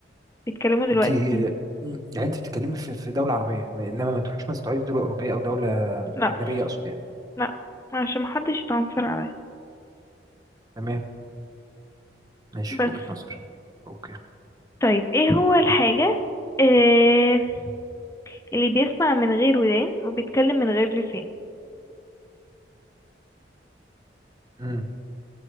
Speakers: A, on the left; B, on the right.
A: بيتكلموا دلوقتي
B: انت يعني انت بتتكلمي في في دوله عربيه انما ما تروحيش مثلا تقعدي في دوله اوروبيه او دوله
A: لا
B: اجنبيه اقصد يعني
A: لا عشان محدش يتعنصر عليا
B: <clears throat> تمام ماشي
A: بس
B: وجهة نظر اوكي
A: طيب ايه هو الحاجه آه اللي بيسمع من غير ودان وبيتكلم من غير لسان
B: امم